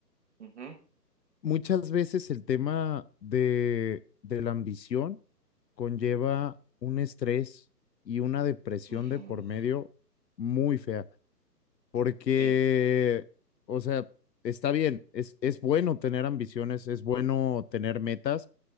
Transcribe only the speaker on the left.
muchas veces el tema de, de la ambición conlleva un estrés y una depresión
de por medio muy fea, porque,
o sea, está bien, es, es bueno tener ambiciones, es bueno tener metas,